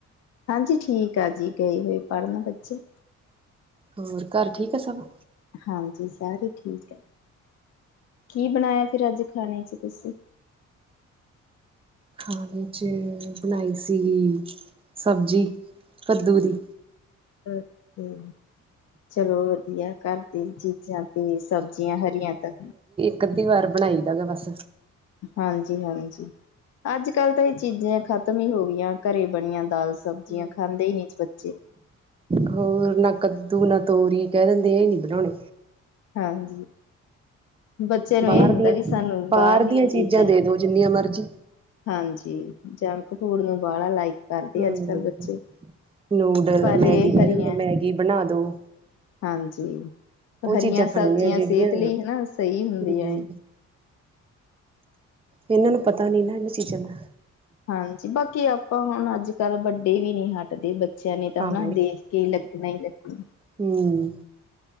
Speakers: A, on the left; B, on the right.
A: ਹਾਂਜੀ ਠੀਕ ਆ ਜੀ ਗਏ ਹੋਏ ਪੜ੍ਹਨ ਬੱਚੇ
B: ਹੋਰ ਘਰ ਠੀਕ ਆ ਸਭ
A: ਹਾਂਜੀ ਸਾਰੇ ਠੀਕ ਐ, ਕੀ ਬਣਾਇਆ ਫਿਰ ਅੱਜ ਖਾਣੇ ਚ ਤੁਸੀਂ?
B: ਖਾਣੇ 'ਚ ਬਣਾਏ ਸੀ, ਸਬਜ਼ੀ ਕੱਦੂ ਦੀ।
A: ਕੱਦੂ, ਚਲੋ ਵਧੀਆ ਕਰ ਤੇ ਜੀ ਜਾ ਕੇ ਸਬਜ਼ੀਆਂ ਹਰੀਆਂ ਤਾ
B: ਇਕ ਅੱਧੀ ਵਾਰ ਬਣਾਈ ਦਾ ਗਾ ਬਸ।
A: ਹਾਂਜੀ ਹਾਂਜੀ ਅੱਜ ਕੱਲ ਤਾਂ ਇਹ ਚੀਜ਼ਾਂ ਖਤਮ ਈ ਹੋ ਗਈਆਂ। ਘਰੇ ਬਣੀਆਂ ਦਾਲ ਸਬਜ਼ੀਆਂ
B: <inaudible>
A: ਖਾਂਦੇ ਹੀ ਨਹੀਂ ਬੱਚੇ
B: ਹੋਰ ਨਾ ਕੱਦੂ ਨਾ ਤੋਰੀ ਕਹਿ ਦਿੰਦੇ ਇਹ ਨੀ ਬਣਾਣੀ।
A: ਹਾਂਜੀ, ਬੱਚਿਆਂ ਨੂੰ
B: ਬਾਹਰ
A: ਇਹ ਹੁੰਦਾ
B: ਦੀਆਂ
A: ਵੀ ਸਾਨੂੰ
B: ਬਾਹਰ
A: ਬਾਰ ਦੀਆਂ ਚੀਜ਼ਾਂ
B: ਦੇ ਦੋ ਜਿੰਨੀਆਂ ਮਰਜ਼ੀ।
A: ਹਾਂਜੀ, ਜੰਕ ਫੂਡ ਨੂੰ ਬਾਹਲਾ ਲਾਈਕ ਕਰਦੇ
B: ਹੂੰ,
A: ਅੱਜ ਕੱਲ੍ਹ ਬੱਚੇ
B: ਨੂਡਲ
A: ਪਰ
B: ਮੈਗੀ
A: ਇਹ
B: ਕਹਿ
A: ਹਰੀਆਂ
B: ਦਿਦੇ ਮੈਗੀ ਬਣਾ ਦੋ।
A: ਹਾਂਜੀ,
B: ਉਹ
A: ਹਰੀਆਂ
B: ਚੀਜ਼ਾਂ ਖਾਣੀਆਂ
A: ਸਬਜ਼ੀਆਂ
B: ਜਿਹੜੀਆਂ
A: ਸਿਹਤ ਲਈ ਹਨਾ ਸਹੀ ਹੁੰਦੀਆਂ।
B: ਹਮ ਇਹਨਾਂ ਨੂੰ ਪਤਾ ਨੀ ਨਾ ਇਨਾਂ ਚੀਜ਼ਾਂ ਦਾ।
A: ਹਾਂਜੀ ਬਾਕੀ ਆਪਾਂ ਹੁਣ ਅੱਜ ਕੱਲ ਵੱਡੇ ਵੀ ਨੀ ਹਟਦੇ ਬੱਚੇ ਬੱਚਿਆਂ ਨੇ ਤਾਂ
B: ਹਾਂ
A: ਹਨਾ ਦੇਖ ਕੇ ਲੱਗਣਾ ਹੀ ਲੱਗਣਾ।
B: ਹੂੰ,